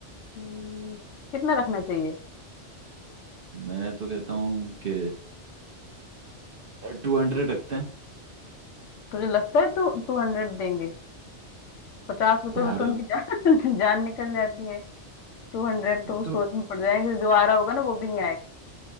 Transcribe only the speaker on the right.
मैं तो कहता हूँ कि टू हंड्रेड रखते हैं
यार
ये
तो